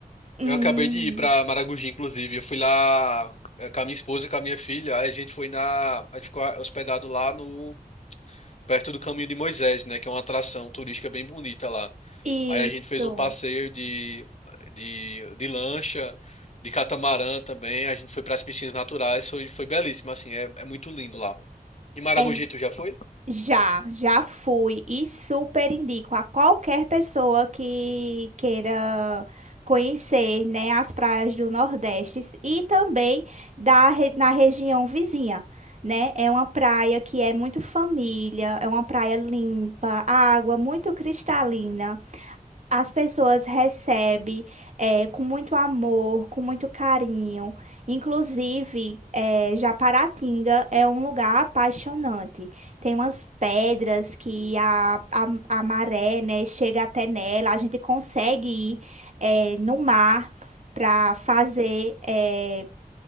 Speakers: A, on the right; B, on the left.
A: Hum,
B: eu acabei de ir pra Maragogi, inclusive, eu fui lá eh, com a minha esposa e com a minha filha, aí a gente foi na, a gente ficou hospedado lá no, perto do Caminho de Moisés, né, que é uma atração turística bem bonita lá.
A: isso.
B: Aí a gente fez um passeio de, de, de lancha, de catamarã também. A gente foi para as piscinas naturais, foi, foi belíssimo, assim, é, é muito lindo lá. E Maragogi,
A: É,
B: tu já foi?
A: já, já fui e super indico a qualquer pessoa que queira conhecer, né, as praias do Nordeste e também da, re- na região vizinha, né? É uma praia que é muito família, é uma praia limpa, água muito cristalina. as pessoas recebem eh, com muito amor, com muito carinho. Inclusive, eh, Japaratinga é um lugar apaixonante. Tem umas pedras que a, a, a maré, né, chega até nela. A gente consegue ir eh, no mar para fazer é,